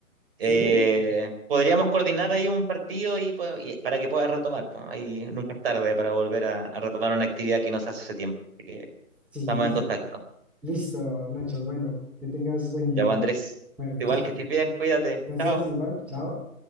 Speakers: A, in the centre; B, on the right (about 40°).
A: ¿Sí?
B: Eh, podríamos coordinar ahí un partido y, po- y para que puedas retomar. po. Ahí nunca es tarde para volver a, a retomar una actividad que nos hace hace tiempo. Así que
A: Sí,
B: estamos en
A: sí.
B: contacto.
A: Listo, Nacho. Bueno, que tengas buen día.
B: Ya, pues, Andrés.
A: Bueno,
B: Igual
A: chao.
B: que estés bien, cuídate.
A: Gracias,
B: Chao.
A: igual. Chao.